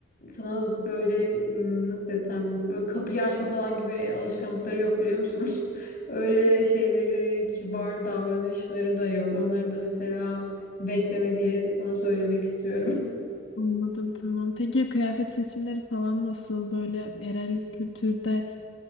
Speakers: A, on the left; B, on the left.
A: sana böyle m, nasıl desem böyle kapıyı açma falan gibi alışkanlıkları yok biliyor musun? <laughs> Öyle şeyleri, kibar davranışları da yok. Onları da mesela bekleme diye sana söylemek istiyorum.
B: Anladım tamam. Peki ya kıyafet seçimleri falan nasıl? Böyle yerel kültürde